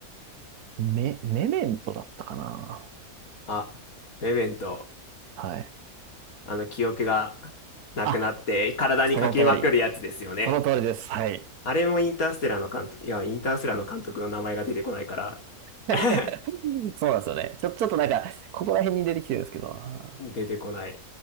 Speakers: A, on the right (about 85°); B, on the left (about 70°).
A: メ、メメントだったかな。
B: あ、レベント、
A: はい。
B: あの記憶がなくなって体に書きまくるやつですよね。
A: あ、その通り。その通りです。はい。
B: あれもインターステラーの監督、いや、インターステラーの監督の名前が出てこないから
A: <laughs>
B: <laughs>
A: そうなんですよね。ちょ、ちょっとなんか、ここら辺に出てきてるんですけど、あ
B: 出てこない。